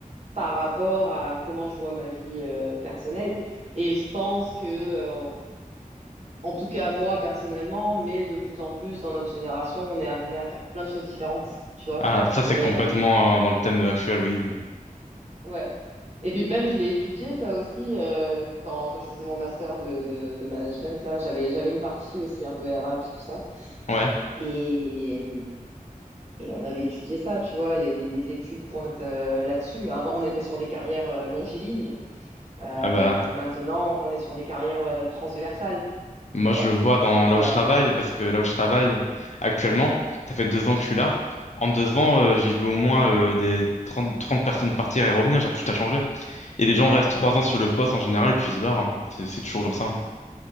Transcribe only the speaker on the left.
Ah, ça
c'est
complètement
euh, dans le thème actuel, oui.
Ouais,
ah bah,
moi
je
le vois dans
là
où je travaille, parce que là où je travaille actuellement, ça fait deux ans que je suis là. En deux ans, euh, j'ai vu au moins euh, des trente trente personnes partir et revenir, genre tout a changé. Et les gens restent trois ans sur le poste en général et puis ils se barrent. hein. C'est c'est toujours comme ça, hein.